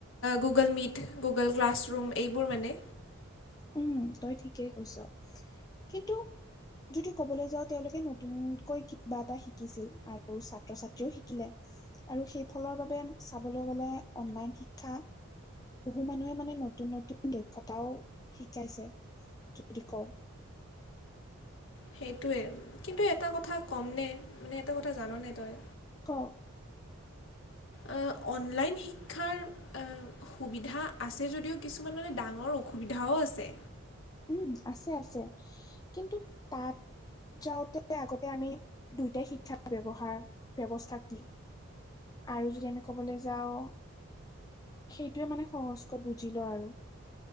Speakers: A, on the left (about 60°); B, on the left (about 15°).
A: গুগল মিট গুগল ক্লাছৰুম এইবোৰ মানে
B: উম তই ঠিকেই কৈছ কিন্তু যদি কবলৈ যাও তেওঁলোকে নতুনকৈ কিবা এটা শিকিছিল আৰু ছাত্ৰ ছাত্ৰীও শিকিলে আৰু সেইফালৰ বাবে চাবলৈ গ'লে অনলাইন শিক্ষা বহু মানুহে মানে নতুন নতুন দক্ষতাও শিকাইছে যদি কও
A: সেইটোৱে কিন্তু এটা কথা কম নে মানে এটা কথা জাননে তই
B: ক
A: এ অনলাইন শিক্ষাৰ এ সুবিধা আছে যদিও কিছুমানৰ এ ডাঙৰ অসুবিধাও আছে
B: উম আছে আছে কিন্তু তাত যাওঁতে আগতে আমি দুয়োটাই শিক্ষাৰ ব্যৱহাৰ ব্যৱস্থাক দি আৰু যদি আমি ক'বলৈ যাও সেইটোৱে মানে সহজকৈ বুজি লও আৰু